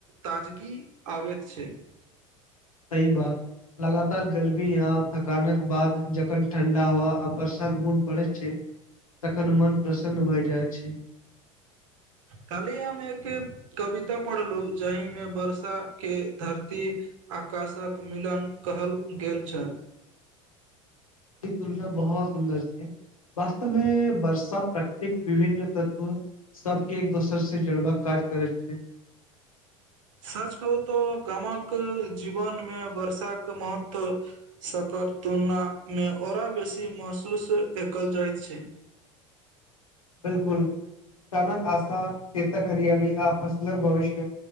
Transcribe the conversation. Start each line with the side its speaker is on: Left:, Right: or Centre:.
Right: ताजगी आबैत छै।
Left: सही बात, लगातार गर्मी आ थकानक बाद जखन ठण्डा हवा आ वर्षाक बूंद पड़ैत छै तखन मन प्रसन्न भए जाइत छै।
Right: काल्हि हम एके कविता पढ़लू जहिमे वर्षा के धरती आकाशक मिलन कहल गेल छल।
Left: ई तुलना बहुत सुन्दर छै। वास्तव मे वर्षा प्रकृतिक विभिन्न तत्व सबके एक दोसर से जोड़बाक काज करैत छै।
Right: सच कहू तो गामक जीवनमे वर्षाक महत्व सकर तुलना मे औरा बेसी महसूस एकल जाइत छै।
Left: बिल्कुल किसानक आशा खेतक हरियाली आ फसलक भविष्य